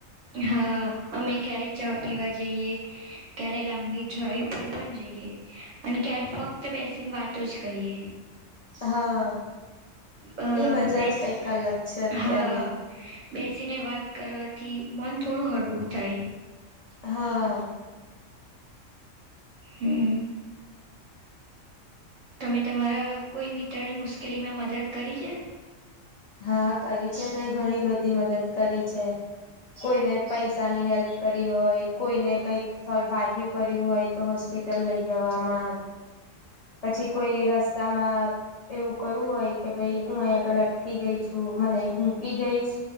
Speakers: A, on the right (about 70°); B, on the left (about 70°).
A: હા અમે ક્યારેક ચા પીવા જઈએ ક્યારેય લાંબી ડ્રાઈવ પર પણ જઈએ. અને ત્યારે ફક્ત બેસીને વાતો જ કરીએ.
B: હા
A: અ
B: ઈ મજા
A: બેસ
B: જ કઈક અલગ છે અત્યારની
A: હા બેસીને વાત કરવાથી મન થોડું હળવું થાય.
B: હા.
A: હમ તમે તમારા કોઈ મિત્રને મુશ્કેલીમાં મદદ કરી છે?
B: હા કરી છે ને ઘણી બધી મદદ કરી છે. કોઈને પૈસાની હેલ્પ કરી હોય કોઈને કઈક થય વાગ્યું કર્યું હોય તો હોસ્પિટલ લઈ જવામાં પછી કોઈ રસ તમાં <unintelligible> એવું કયું હોય કે ભાઈ હું અહીંયા આગળ અટકી ગઈ છું મને મૂકી જઈશ?